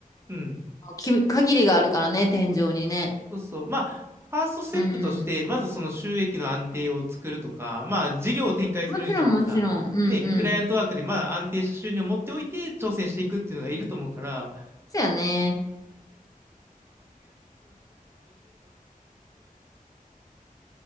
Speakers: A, on the right (about 15°); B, on the left (about 25°).
A: うん、
B: うき、限りがあるからね、天井にね。
A: そうそう。まあ、ファーストステップとして、
B: うん。
A: まずその収益の安定を作るとか、まあ、事業を展開するにしたってさ、
B: もちろん、もちろん。うんうん。
A: ね、クライアントワークでまだ安定した収入を持っておいて挑戦していくっていうのがいると思うから、
B: そうやね。